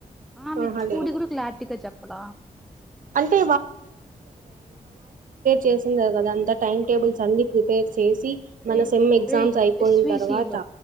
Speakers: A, in the centre; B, on the right.
A: ఆ మీ
B: ఆహా
A: చూడి
B: లేదు
A: కూడా క్లటీగా చెప్పాల
B: అంటే చేసిందరు కదా అంతా టైమ్ టేబుల్స్ అన్ని ప్రిపేర్ చేసి
A: రే
B: మన సెమ్ ఎగ్జామ్స్
A: రే
B: అయిపోయిన
A: ఎస్విసిలో
B: తర్వాత